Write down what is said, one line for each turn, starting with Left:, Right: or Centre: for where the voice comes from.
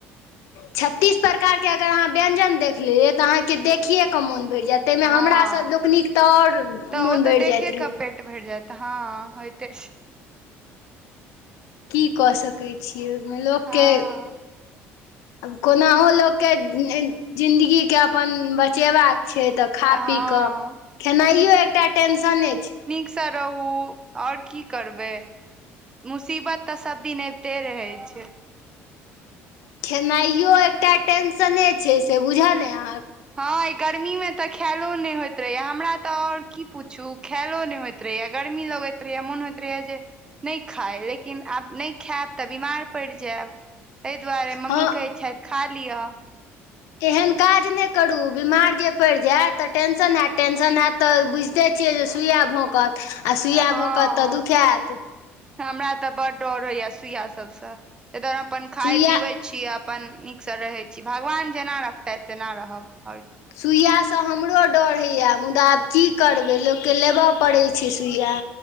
Left: छत्तीस प्रकारके अगर अहाँ व्यञ्जन देखि लेलियै तऽ अहाँके देखियए कऽ मोन भरि जायत ताहिमे
Right: हँ
Left: हमरासन लोकनिक तऽ आओर
Right: तऽ
Left: मोन
Right: ओ तऽ
Left: भरि
Right: देखे
Left: जाइत रहै
Right: कऽ पेट भरि जायत, हँ होयते
Left: की कऽ सकै छियै ओहिमे लोककेँ
Right: हँ <inaudible>
Left: आब कोनाहु लोकके जिन्दगीके अपन बचेबाक छै तऽ खा
Right: हँ
Left: पी कऽ, खेनाइयो एकटा टेंशने छै
Right: <unintelligible> स रहू आओर की करबै? मुसीबत तऽ सब दिन अबिते रहेैत छै।
Left: खेनाइयो एकटा टेंशने छै से बुझल अइ अहाँके?
Right: हँ गर्मीमे तॅं खाएलो नहि होइत रहैया, हमरा तऽ और की पूछू खायलो नहि होइत गर्मी लगैत रहैए मोन होइत रहैए जे नहि खाइ लेकिन आब नहि खायब तऽ बीमार पड़ि जायब। ताहि दुआरे मम्मी
Left: हँ
Right: कहै छथि खा लिअ।
Left: एहन काज नहि करू, बीमार जे पड़ि जायब तऽ टेंशन हैत, टेंशन हैत तऽ बुझिते छियै जे सुइया भोकत आ सुइया
Right: हँ
Left: भोकत तऽ दुखाएत
Right: हमरा तॅं बड्ड डऽर होइया सुइया सबसे, इधर हम अपन खाय-पीबै
Left: सुइया
Right: छी अपन नीकसँ रहैत छी, भगवान जेना रखतथि तेना रहब आओर की
Left: सुइयासँ हमरो डर होइया मुदा आब की करबै लोककेँ लेबऽ पड़ैत छै सुइया।